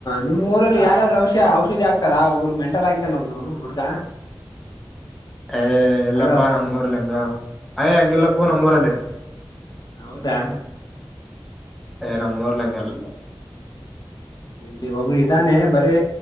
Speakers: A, on the left (about 55°); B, in the centre.
A: ನಿಮ್ಮ ಊರಲ್ಲಿ ಯಾರಾದ್ರೂ ಔಷ ಔಷಧಿ ಹಾಕ್ತಾರ ಒಬ್ರು ಮೆಂಟಲ್ ಆಗಿದನ ಅವನು. ಹ್ಮ ಹುಡುಗ.
B: ಏ ಇಲ್ಲಪ್ಪ
A: ಹಲೋ
B: ನಮ್ಮೂರಲ್ಲ ಹಂಗ ಏ ಹಂಗ ಇಲ್ಲಪ್ಪೊ ನಮ್ಮೂರಲ್ಲೇ.
A: ಹೌದಾ.
B: ಏ ನಮ್ಮ ಊರಲ್ಲಿ ಹಂಗೇನಿಲ್ಲ.
A: ಇಲ್ಲಿ ಒಬ್ರು ಇದ್ದಾನೆ ಬರೇ